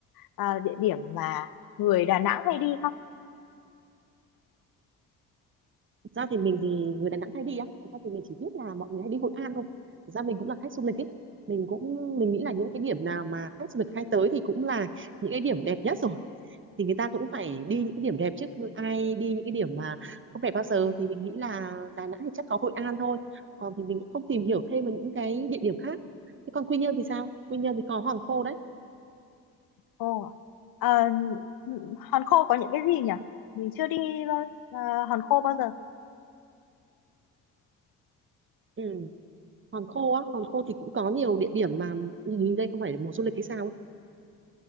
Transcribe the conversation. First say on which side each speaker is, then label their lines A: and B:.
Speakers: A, on the left; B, on the right.
A: ờ, địa điểm mà người Đà Nẵng hay đi không
B: Thực ra thì mình thì người Đà Nẵng hay đi á thực ra thì mình chỉ biết là mọi người hay đi Hội An thôi thực ra mình cũng là khách du lịch ấy mình cũng mình nghĩ là những cái điểm nào mà khách du lịch hay tới thì cũng là những cái điểm đẹp nhất rồi thì người ta cũng phải đi những cái điểm đẹp chứ cứ ai đi những cái điểm mà không đẹp bao giờ thì mình nghĩ là Đà Nẵng thì chắc có Hội An thôi còn thì mình cũng không tìm hiểu thêm về những cái địa điểm khác thế còn Quy Nhơn thì sao Quy Nhơn thì có Hòn Khô đấy
A: Ồ, ờ, ừ, Hòn Khô có những cái gì nhỉ mình chưa đi bao- ờ, Hòn Khô bao giờ
B: ừ. Hòn Khô á Hòn Khô thì cũng có nhiều địa điểm mà hình như đây không phải là mùa du lịch hay sao ấy